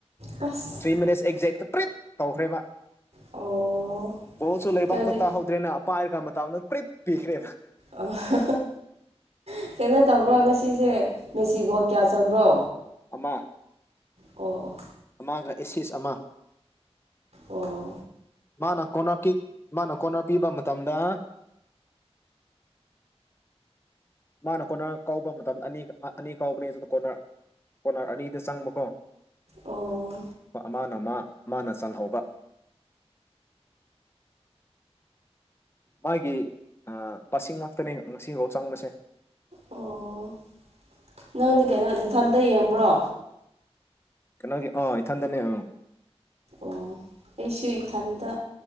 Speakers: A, on the right; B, on the left.
A: ꯑꯁ
B: ꯊ꯭ꯔꯤ ꯃꯤꯅꯠꯁ ꯑꯩ <unintelligible> ꯇꯧꯈ꯭ꯔꯦ ꯃꯥ
A: ꯑꯣ
B: ꯕꯣꯜꯁꯨ ꯂꯩꯕꯥꯛꯇ
A: ꯀꯔꯤ
B: ꯇꯥꯍꯧꯗ꯭ꯔꯦꯅ ꯑ ꯒ ꯃꯇꯗ ꯄ꯭ꯔꯤꯠ ꯄꯤꯈ꯭ꯔꯦꯅ
A: ꯑ ꯍ ꯍꯥꯀꯩꯅꯣ ꯇꯧꯕ꯭ꯔꯣ
B: ꯑꯗꯨ
A: ꯉꯁꯤꯁꯦ ꯃꯦꯁꯤꯒꯣꯜ ꯀꯌꯥ ꯆꯟꯕ꯭ꯔꯣ
B: ꯑꯃ
A: ꯑꯣ ꯑꯣ
B: ꯑꯃꯥꯡꯒ ꯑꯦꯁꯤꯁ ꯑꯃ
A: ꯑꯣ
B: ꯃꯥꯅ ꯀꯣꯟꯅꫪ ꯀꯤꯛ ꯃꯥꯅ ꯀꯣꯟꯅꫪ ꯄꯤꯕ ꯃꯇꯝꯗ ꯃꯥꯅ ꯀꯣꯟꯅꯔ ꯀꯥꯎꯕ ꯃꯇꯝꯗ ꯑꯅꯤ ꯑꯅꯤ ꯀꯥꯎꯕꯅꯦ ꯑꯗꯨꯗ ꯀꯣꯟꯅꯔ ꯀꯣꯅꯔ ꯑꯅꯤꯗ ꯆꯪꯕꯀꯣ
A: ꯑꯣ
B: ꯃꯥꯅ ꯃꯥ ꯃꯥꯅ ꯆꯜꯍꯧꯕ ꯃꯥꯒꯤ ꯑ ꯄꯁꯤꯡ ꯉꯥꯛꯇꯅꯦ ꯉꯁꯤꯐꯥꯎ ꯆꯥꯡꯕꯁꯦ
A: ꯑꯣ ꯅꯪꯗꯤ ꯀꯩꯅꯣ ꯃꯊꯟꯇ ꯌꯦꯡꯕ꯭ꯔꯣ
B: ꯀꯩꯅꯣꯒꯤ ꯑꯥ ꯏꯊꯟꯗꯅꯦ ꯑꯥ
A: ꯑꯣ ꯑꯩꯁꯨ ꯏꯊꯟꯇ